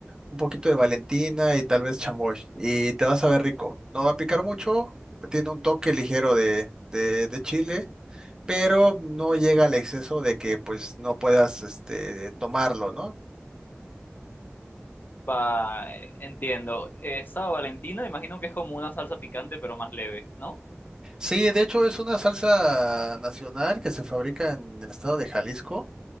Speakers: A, on the right (about 15°); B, on the left (about 45°).
A: un poquito de Valentina y tal vez chamoy. Y te vas a ver rico. No va a picar mucho, tiene un toque ligero de, de, de chile, pero no llega al exceso de que pues no puedas este, tomarlo, ¿no?
B: va, eh, entiendo. Esa Valentina, imagino que es como una salsa picante, pero más leve, ¿no?
A: Sí, de hecho es una salsa nacional que se fabrica en el estado de Jalisco